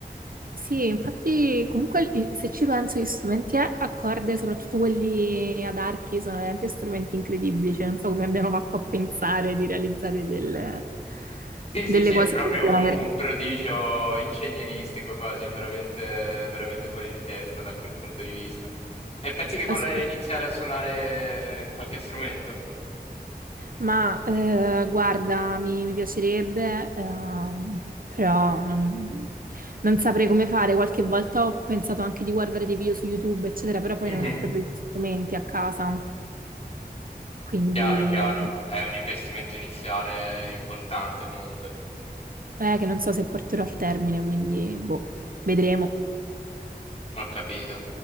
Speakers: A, on the right; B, on the left.
A: Sì, infatti comunque i- se ci penso gli strumenti a a corde, soprattutto quelli ad archi, sono veramente strumenti incredibili, cioè non so come abbiano fatto a pensare di realizzare delle,
B: Sì,
A: delle
B: sì, sì, è
A: cose
B: proprio
A: del genere.
B: un, un prodigio ingegneristico quasi, è veramente, veramente fuori di testa da quel punto di vista. E pensi che vorrei
A: Ass-
B: iniziare a suonare qualche strumento?
A: Ma eh, guarda, mi, mi piacerebbe, ehm, però non, non saprei come fare. Qualche volta ho pensato anche di guardare dei video su YouTube, eccetera, però poi
B: Mhm.
A: non ho proprio gli strumenti a casa, quindi...
B: Chiaro, chiaro, è un investimento iniziale importante comunque,
A: Eh, che non so se porterò al termine, quindi boh, vedremo.
B: ho capito.